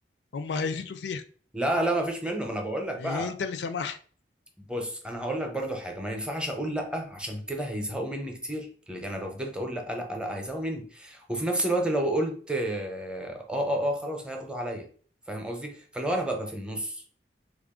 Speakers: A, on the left (about 80°); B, in the centre.
A: هم هيزيدوا فيها
B: لا لا ما فيش منه ما أنا بقول لك
A: لان
B: بقى
A: انت اللي سمحت
B: بص أنا هقول لك برضو حاجة ما ينفعش أقول لأ عشان كده هيزهقوا مني كتير اللي أنا لو فضلت أقول لأ لأ لأ هيزهقوا مني وفي نفس الوقت لو قلت آه آه آه خلاص هياخدوا عليا فاهم قصدي فاللي هو أنا ببقى في النص